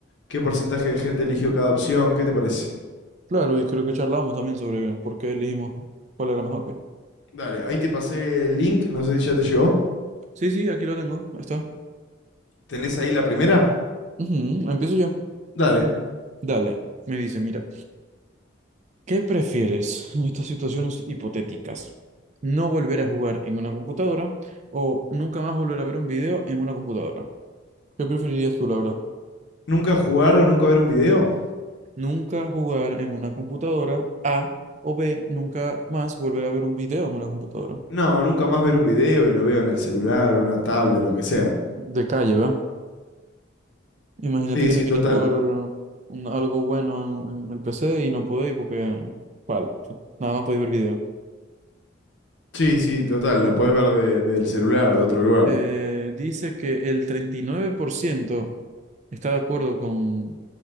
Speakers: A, on the left; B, on the right.
A: qué porcentaje de gente eligió cada opción, ¿qué te parece?
B: Claro, y creo que charlamos también sobre por qué elegimos cuál era mejor. pues.
A: Dale, ahí te pasé el link, no sé si ya te llegó.
B: Sí, sí, aquí lo tengo. ahí Está.
A: ¿Tenés ahí la primera?
B: Ujú, Empiezo yo.
A: Dale.
B: Dale. Me dice, mira, ¿qué prefieres en estas situaciones hipotéticas? ¿No volver a jugar en una computadora o nunca más volver a ver un video en una computadora? ¿Qué preferirías tú, la verdad?
A: ¿Nunca jugar o nunca ver un video?
B: Nunca jugar en una computadora. A o B, nunca más volver a ver un video en una computadora.
A: No, nunca más ver un video y lo veo en el celular o en una tablet, lo que sea.
B: De calle, ¿va? Imagínate
A: Sí,
B: que
A: sí,
B: te querés
A: total.
B: jugar un- algo bueno en, en el PC y no podéis porque... ¿Cuál? Nada más podéis ver video.
A: Sí, sí, total. Lo podés ver de- del celular, de otro lugar.
B: Eh, dice que el 39% está de acuerdo con,